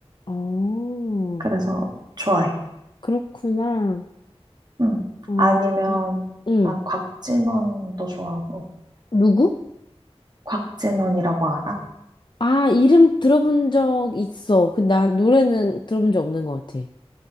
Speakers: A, on the left; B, on the right.
A: 어,
B: 그래서 좋아해.
A: 그렇구나.
B: 응.
A: 어,
B: 아니면,
A: 응.
B: 난 곽진원도 좋아하고,
A: 누구?
B: 곽진원이라고 알아?
A: 아, 이름 들어본 적 있어. 그, 나 노래는 들어본 적 없는 것 같아.